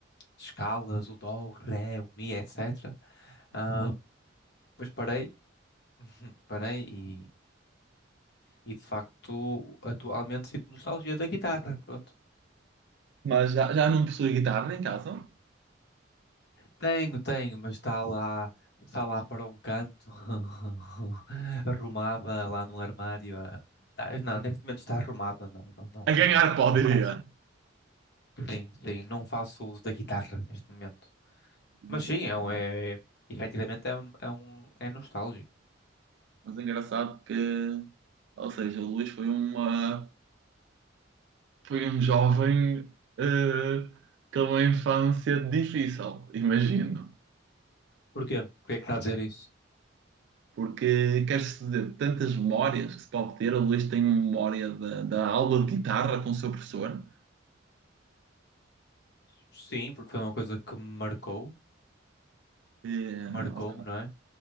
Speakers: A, on the left; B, on the right.
A: escalas, o dó, o ré, o mi, etc. Ah, Uhum. depois parei, <laughs> <clears throat> parei e, e de facto atualmente sinto nostalgia da guitarra. Pronto.
B: Mas já, já não possui guitarra em casa?
A: Tenho, tenho, mas está lá, está lá para um canto, <laughs> arrumada lá no armário. ah. Tá- Não, neste momento está arrumada, não, não, não,
B: A
A: não,
B: ganhar
A: não,
B: poderia
A: não faço. Sim, sim, não faço uso da guitarra neste momento.
B: Não
A: Mas
B: usa
A: sim,
B: a guitarra.
A: é, um- é, efetivamente é, um, é um- é nostálgico.
B: Mas é engraçado que, ou seja, o Luís foi uma, foi um jovem eh, com uma infância difícil, imagino.
A: Porquê? Porquê é que está a dizer isso?
B: Porque quer-se dizer, tantas memórias que se pode ter, o Luís tem uma memória da, da aula de guitarra com o seu professor.
A: Sim, porque foi uma coisa que me marcou,
B: E,
A: marcou-me,
B: ok,
A: não é?